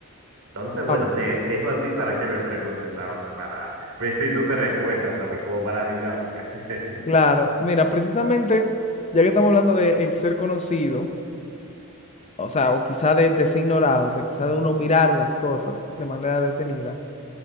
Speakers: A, on the right; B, on the left.
A: Entonces, bueno,
B: Ah,
A: te dejo a ti para que me preguntes ahora, para ver si tú te recuerdas, ¿sabes cómo va la dinámica? <laughs>
B: claro, mira, precisamente, ya que estamos hablando de el ser conocido, o sea, o quizá de, de ser ignorado, de quizá de uno mirar las cosas de manera detenida,